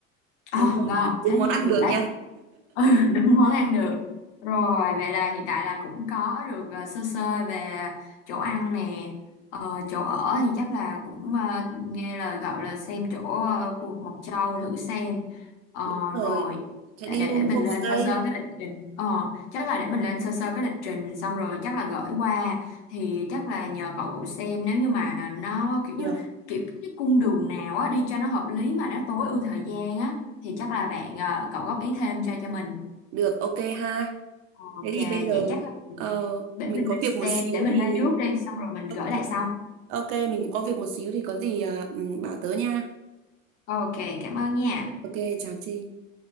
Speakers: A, on the left; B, on the right.
A: Ờ
B: Đúng không?
A: ngon
B: Đúng
A: thế
B: món
A: thì ăn
B: ăn
A: được
B: được
A: đấy
B: nha.
A: ừ <laughs> đúng món ăn được rồi vậy là hiện tại là cũng có được ờ, sơ sơ về chỗ ăn nè Ờ, chỗ ở thì chắc là cũng ờ, nghe lời cậu là xem chỗ ờ, khu vực Mộc Châu thử xem Ờ,
B: Đúng rồi.
A: rồi
B: Sẽ
A: để,
B: đi
A: để
B: home
A: để mình
B: homestay.
A: lên sơ sơ cái lịch trình Ờ, chắc là để mình lên sơ sơ cái lịch trình xong rồi chắc là gửi qua thì chắc là nhờ cậu xem nếu như mà nó kiểu như
B: Được.
A: là kiểu cái cung đường nào á đi cho nó hợp lý mà nó tối ưu thời gian á thì chắc là bạn ờ, cậu góp ý thêm cho cho mình
B: Được, ok ha.
A: ok
B: Thế thì bây giờ
A: vậy chắc là
B: ờ,
A: để
B: mình
A: mình
B: có
A: mình
B: việc
A: xem
B: một xíu
A: để mình
B: thì
A: lên trước đi xong rồi mình gửi
B: ok.
A: lại sau
B: Ok, mình cũng có việc một xíu thì có gì à, ừm, bảo tớ nha.
A: ok cảm ơn nha
B: Ok, chào Trinh.